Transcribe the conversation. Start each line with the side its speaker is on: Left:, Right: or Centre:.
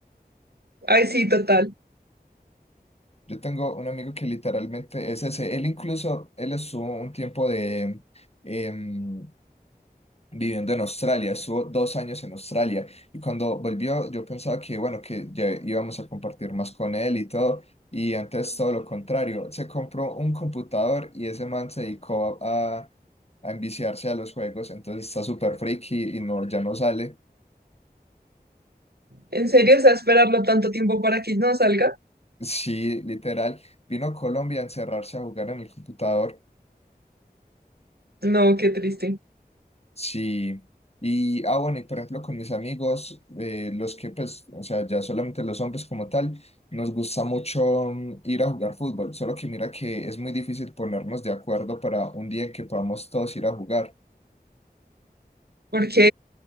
Right: Ay, sí, total.
Left: Yo tengo un amigo que literalmente es ese. Él incluso, él estuvo un tiempo de, em, viviendo en Australia, estuvo dos años en Australia y cuando volvió yo pensaba que bueno, que ya íbamos a compartir más con él y todo y antes todo lo contrario, se compró un computador y ese man se dedicó a, a enviciarse a los juegos, entonces está súper friki y no, ya no sale.
Right: ¿En serio? O sea, esperarlo tanto tiempo para que no salga.
Left: Sí, literal, vino a Colombia a encerrarse a jugar en el computador
Right: No, qué triste.
Left: Sí, y ah bueno, y por ejemplo con mis amigos, eh, los que pues, o sea, ya solamente los hombres como tal, nos gusta mucho mm, ir a jugar fútbol, solo que mira que es muy difícil ponernos de acuerdo para un día en que podamos todos ir a jugar,
Right: Porque